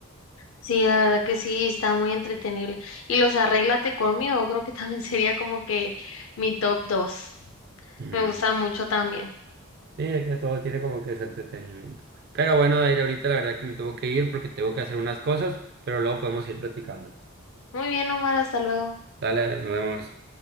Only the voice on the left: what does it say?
Sí, la verdad que sí, está muy entretenible. Y los Arréglate conmigo, creo que también <laughs> sería como que mi top dos.
Me gustan mucho también.
Muy bien, Omar, hasta luego.